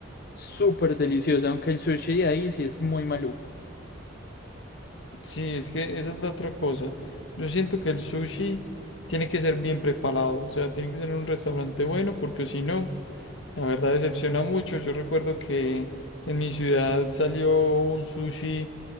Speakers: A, on the left (about 50°); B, on the left (about 65°).
A: Súper delicioso, aunque el sushi de ahí sí es muy maluco.
B: Sí, es que esa es la otra cosa. Yo siento que el sushi tiene que ser bien preparado, o sea, tiene que ser en un restaurante bueno, porque si no, la verdad decepciona mucho. Yo recuerdo que en mi ciudad salió un sushi.